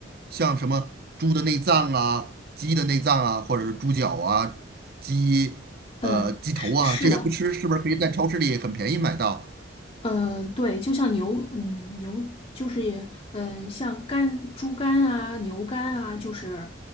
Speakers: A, on the right; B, on the left.
A: 像什么猪的内脏啊、鸡的内脏啊，或者是猪脚啊、鸡呃鸡头啊，
B: 嗯，是是的，
A: 这些不吃，是不是可以在超市里很便宜买到？
B: 呃，对，就像牛，嗯，牛就是也，嗯，像肝、猪肝啊、牛肝啊，就是